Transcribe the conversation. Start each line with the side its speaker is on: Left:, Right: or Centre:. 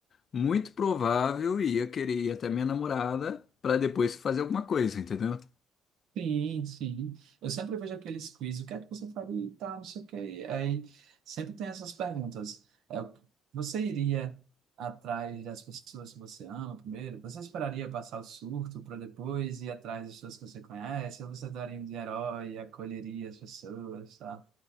Left: Muito provável ia querer ir até minha namorada pra depois fazer alguma coisa, entendeu?
Right: Sim, sim. Eu sempre vejo aqueles quiz, o que é que você faria e tal, não sei o quê. Aí sempre tem essas perguntas. É, o- você iria atrás das pessoas que você ama primeiro? Você esperaria passar o surto para depois ir atrás das pessoas que você conhece? Ou você daria um de herói e acolheria as pessoas, tá?